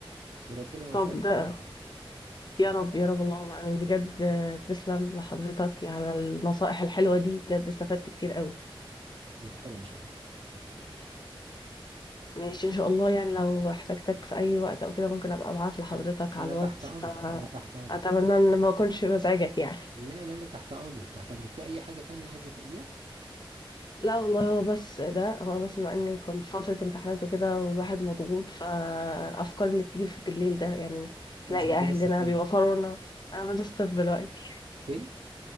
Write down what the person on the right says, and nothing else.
وربنا يوفقك
في
حياتك
ما تحرمش يا اختي ما تحرمش
أ- انا
تحت امرك
انا تحت امرك
لا لا لا تحت امرك تحت امرك في اي حاجة تانية عايزة تقوليها
انت في دراستك
ايه
فين